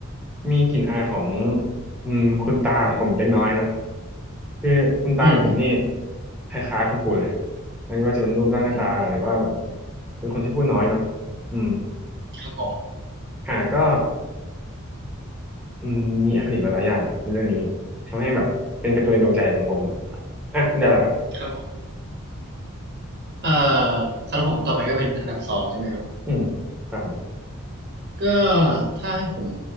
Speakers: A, in the centre; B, on the right (about 55°).
A: มีกลิ่นอายของอืมคุณตาของผมเล็กน้อยนะคือคุณตาของผมนี่
B: อืม
A: คล้ายๆคุณปู่เลยไม่ว่าจะเป็นรูปร่างหน้าตาหรือว่าแบบ
B: อืม
A: เป็นคนที่พูดน้อยเนาะอืม
B: ครับผม
A: อ่าก็อืมมีอคติหลายๆอย่างในเรื่องนี้ทำให้แบบเป็นการ์ตูนในดวงใจของผมอ่ะคุณได้แล้วครับ
B: ครับผม เอ่อสำหรับผมต่อไปก็เป็นอันดับสองใช่ไหมครับ
A: อืมครับผม
B: ก็ถ้าให้ผม